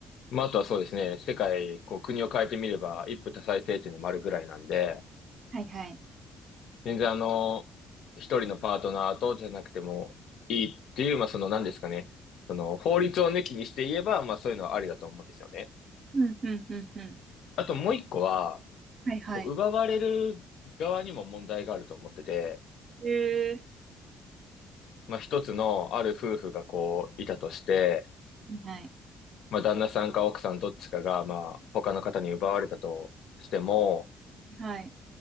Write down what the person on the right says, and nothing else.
はいはい。
うんうんうんうん。
はいはい。
えー。
はいはい。
はい。